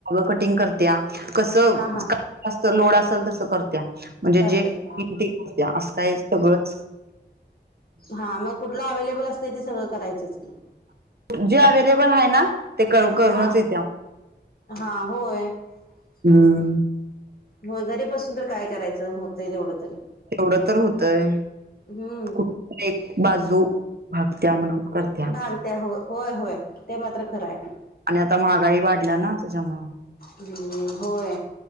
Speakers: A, on the right; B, on the left.
A: कटिंग करत्या कसंत
B: हा हा
A: लोड असल तस करत्या. म्हणजे
B: करतात
A: जे येईल
B: हा
A: तसं असं काय सगळंच
B: हा मग कुठलं अवेलेबल असतय ते सगळं करायचंच की.
A: जे अवेलेबल आहे ना ते कर करूनच
B: हा
A: येत्या
B: हा होय
A: हम्म
B: अस. हो घरीपसून तर काय करायचं होतंय एवढं तरी.
A: एवढं तर होतय
B: हम्म
A: कुठ एक बाजू भागत्या म्हणून. करत्या
B: भाग त्या हो होय होय ते मात्र खरं आहे.
A: आणि आता महागाई वाढल्या ना त्याच्यामूळ
B: हम्म होय